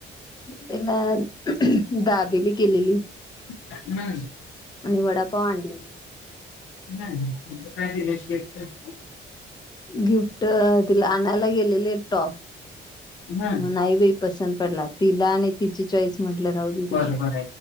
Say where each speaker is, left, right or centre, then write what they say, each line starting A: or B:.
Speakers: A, on the left (about 20°); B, on the left (about 80°).
A: त्यांना दाबेली केलेली.
B: ह्
A: आणि वडा पाव आणलेले.
B: नाही. आणि काय दील्याशी गिफ्ट?
A: गिफ्ट तिला आणायला गेलेले टॉप
B: हम्म.
A: म नाही बा पसंत पडला तिला आणि तिची चॉईस म्हटलं राहू दे तिकडे
B: बरोबर